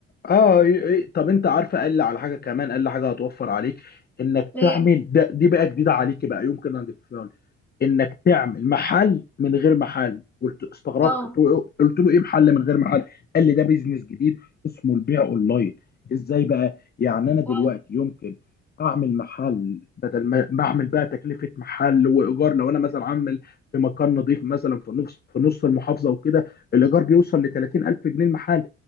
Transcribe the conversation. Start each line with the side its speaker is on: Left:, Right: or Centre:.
Left: اه إيه- إيه. طب انت عارفه قال لي على حاجه كمان قال لي حاجه هتوفر عليك انك
Centre: ايه
Left: تعمل ده دي بقى جديده عليك بقى يمكن اضيفها لك. انك تعمل محل من غير محل قلت استغربت
Centre: اه
Left: قلت له قلت له ايه محل من غير محل قال لي ده بيزنس جديد اسمه البيع اونلاين ازاي بقى يعني انا دلوقتي
Centre: اه
Left: يمكن اعمل محل بدل ما ما اعمل بقى تكلفه محل وايجار لو انا مثلا عامل في مكان نظيف مثلا في نص في نص المحافظه وكده الايجار بيوصل ل 30000 جنيه المحل